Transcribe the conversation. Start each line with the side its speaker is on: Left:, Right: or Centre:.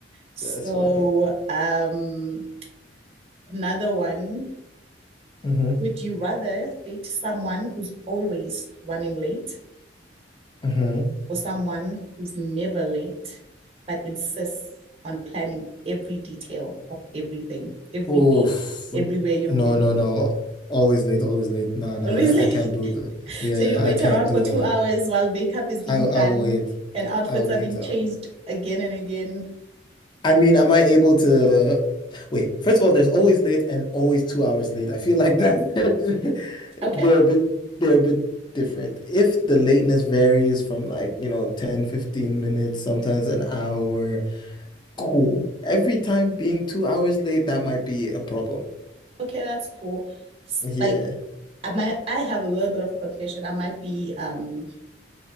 Right: So,
Left: That's funny.
Right: um, another one.
Left: hmm
Right: Would you rather date someone who's always running late
Left: hmm
Right: or someone who's never late but insists on planning every detail of everything, every
Left: Oof.
Right: day, everywhere you're
Left: No,
Right: in.
Left: no, no. Always late, always late. No, no.
Right: Always
Left: I,
Right: late.
Left: I can't do
Right: <laughs>
Left: the. Yeah,
Right: So you wait
Left: I can't
Right: around
Left: do
Right: for two
Left: that.
Right: hours while makeup is being
Left: I I'll
Right: done
Left: wait.
Right: and outfits
Left: I'll
Right: are
Left: wait.
Right: being
Left: uh,
Right: changed again and again.
Left: I mean, am I able to wait? First of all, there's always late and always two hours late. I feel like that <laughs>
Right: Okay,
Left: they're a bit they're a bit different. If the lateness varies from like, you know, 10, 15 minutes, sometimes an hour, cool. Every time being two hours late, that might be a problem.
Right: okay, that's cool.
Left: Yeah.
Right: Like I might I have a little bit of a confession. I might be um